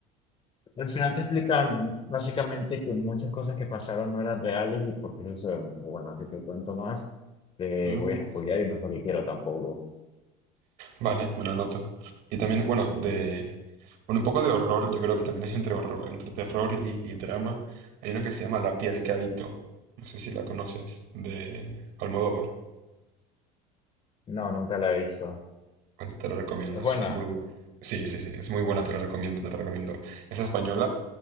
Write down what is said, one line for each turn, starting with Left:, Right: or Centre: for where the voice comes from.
Left: al final te explican básicamente que muchas cosas que pasaron no eran reales y por qué suceden. Pero bueno, si te cuento más, te
Right: mm,
Left: voy a spoilear y no es lo que quiero tampoco.
Right: Vale, me lo anoto. Y también, bueno, de, bueno, un poco de horror, yo creo que también es entre horror, entre terror y, y drama. Hay una que se llama La piel que habito. No sé si la conoces, de Almodóvar.
Left: No, nunca la he visto.
Right: Pues te la recomiendo,
Left: Es
Right: es
Left: buena,
Right: muy bu- Sí, sí, sí, es muy buena, te la recomiendo, te la recomiendo. Es española,